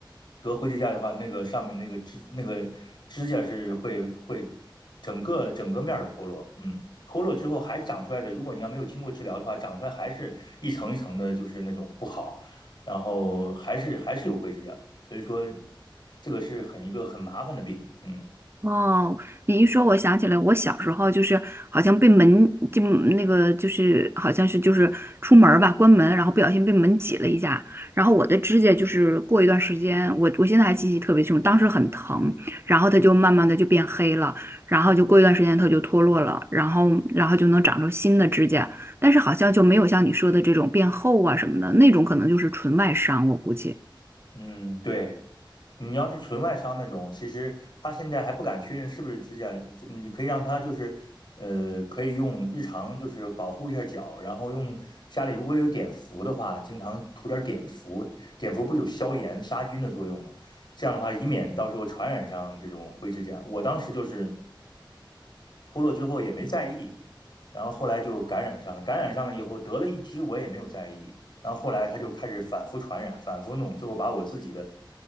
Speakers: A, on the left; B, on the right.
A: 得灰指甲的话，那个上面那个指那个指甲是会会整个整个面儿脱落，嗯，脱落之后还长出来的，如果你要没有经过治疗的话，长出来还是一层一层的，就是那种不好，然后还是还是有灰指甲，所以说这个是很一个很麻烦的病，嗯
B: 哦，你一说，我想起来，我小时候就是好像被门就那个就是好像是就是出门儿吧，关门，然后不小心被门挤了一下，然后我的指甲就是过一段时间，我我现在还记忆特别清楚，当时很疼，然后它就慢慢的就变黑了，然后就过一段时间它就脱落了，然后然后就能长出新的指甲，但是好像就没有像你说的这种变厚啊什么的，那种可能就是纯外伤，我估计。
A: 嗯，对。你要是纯外伤那种，其实他现在还不敢确认是不是指甲，你可以让他就是，呃，可以用日常就是保护一下脚，然后用家里如果有碘伏的话，经常涂点碘伏，碘伏不是有消炎杀菌的作用吗？这样的话，以免到时候传染上这种灰指甲。我当时就是脱落之后也没在意，然后后来就感染上了，感染上了以后得了一只，我也没有在意，然后后来他就开始反复传染，反复弄，最后把我自己的